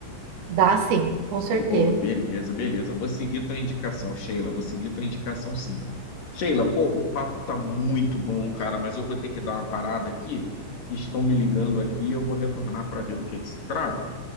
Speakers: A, on the right; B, on the left.
A: Dá sim, com certeza.
B: Pô, beleza, beleza. Vou seguir tua indicação, Sheila. Vou seguir tua indicação, sim. Sheila, pô, o papo tá muito bom, cara, mas eu vou ter que dar uma parada aqui, que estão me ligando aqui, e eu vou retornar para ver do que que se trata.